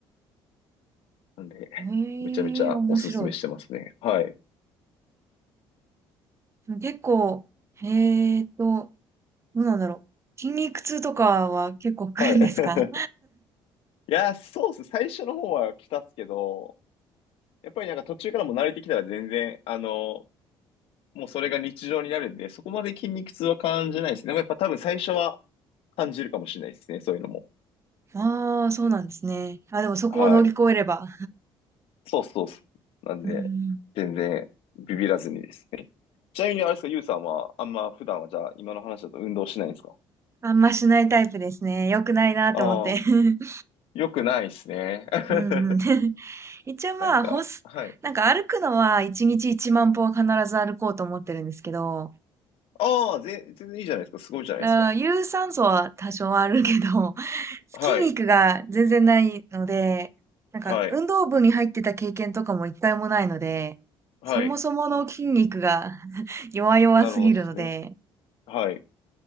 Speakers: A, on the left; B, on the right.
A: なんで、
B: ええ、
A: めちゃめちゃおすすめしてますね。
B: 面白い。
A: はい。
B: 結構、えーと、どうなんだろう。筋肉痛とかは結構来るんですか
A: はい。<laughs> いや、そうっす。最初の方は来たっすけど、やっぱりなんか途中からも慣れてきたら全然、あの、もうそれが日常になるんで、そこまで筋肉痛は感じないですね。でもやっぱ多分最初は感じるかもしれないですね。そういうのも。
B: <laughs> ああ、そうなんですね。あ、でもそこを乗り越えれば。
A: はい。そうそうそう。なんで、
B: うんうん。
A: 全然ビビらずにですね。ちなみにあれですか、ゆうさんは、あんま普段はじゃあ、今の話だと運動しないんですか
B: あんましないタイプですね。良くないなと思って。
A: ああ、
B: <laughs>
A: よくないですね。<laughs>
B: うんうん。<laughs> 一応まあ、
A: なんか、
B: ほす、
A: はい。
B: なんか歩くのは1日1万歩は必ず歩こうと思ってるんですけど、
A: ああ、ぜ、全然いいじゃないですか。すごいじゃないですか。
B: だから有酸素は多少はあるけど、
A: はい、
B: 筋肉が全然ないので、なんか運動部に入ってた経験とかも一回もないので、
A: はい、はい。
B: そもそもの筋肉が <laughs> 弱々すぎるので、
A: なるほどですね。はい、